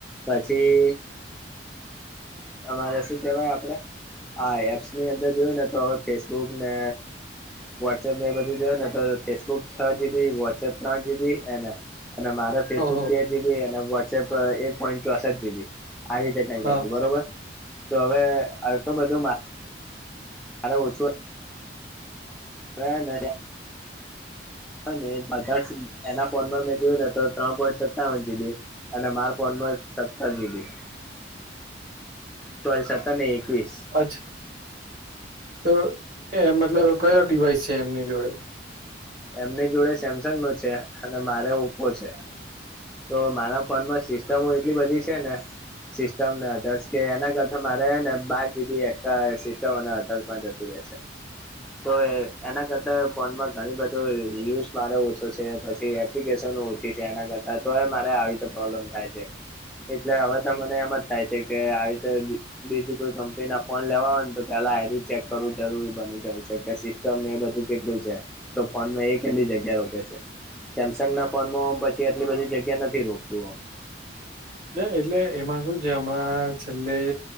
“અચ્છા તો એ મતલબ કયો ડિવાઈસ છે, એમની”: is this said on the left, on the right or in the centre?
Right